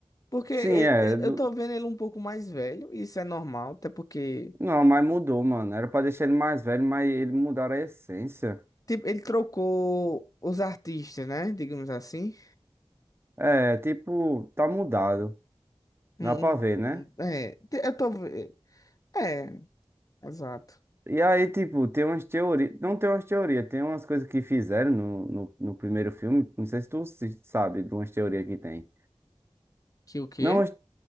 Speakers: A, on the left; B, on the right.
A: Porque e-
B: Sim, é.
A: e-
B: é do-
A: eu tô vendo ele um pouco mais velho, e isso é normal, até porque,
B: Não, mas mudou, mano. Era pra deixar ele mais velho, mas ele mudaram a essência.
A: tipo, ele trocou os artistas, né? Digamos assim.
B: É, tipo, tá mudado.
A: Não-
B: Dá pra ver, né?
A: não- é, te- eu tô, ve- é, exato.
B: E aí, tipo, tem umas teorias. Não tem umas teorias, tem umas coisas que fizeram no, no, no primeiro filme. Não sei se tu se- sabe de umas teorias que tem.
A: Que o quê?
B: Não umas,